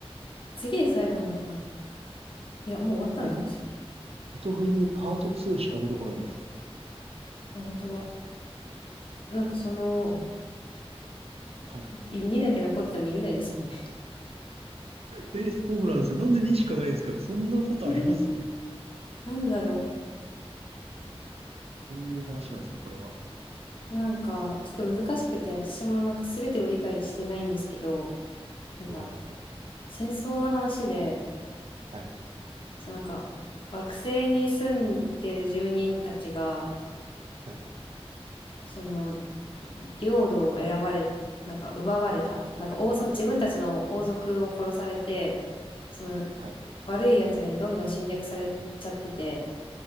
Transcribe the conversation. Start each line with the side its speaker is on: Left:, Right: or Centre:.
Left: 次で最後なのかないや、もう終わったのかもしれない。
Right: え、僕、ネトフリにパート2しか出てこないです。
Left: あ、本当だ。なんかその、
Right: えはい
Left: い2だけ残ってても見れないですもんね。
Right: えーそうなんですよ。なんで2しかないんですかね。そんなことあります
Left: <laughs> えー、なんでだろう。
Right: どういう話なんですか、これは。
Left: いや、なんか、ちょっと難しくて、私もなんか全てを理解してないんですけど、なんか、
Right: おー、なるほど。
Left: 戦争の話で、
Right: はい。
Left: そのなんか、惑星に住んでる住人たちが、
Right: はい。
Left: その、領土を選ばれ、なんか奪われた。なんか王さ自分たちの王族を殺されて、その、
Right: はい。
Left: 悪い奴らにどんどん侵略されちゃってて、